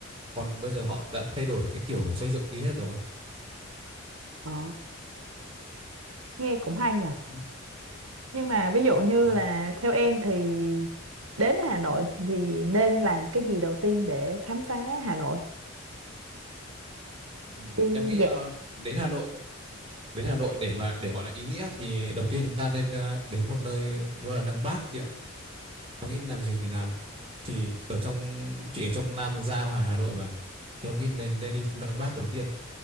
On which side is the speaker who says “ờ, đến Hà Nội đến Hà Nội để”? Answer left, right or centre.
Right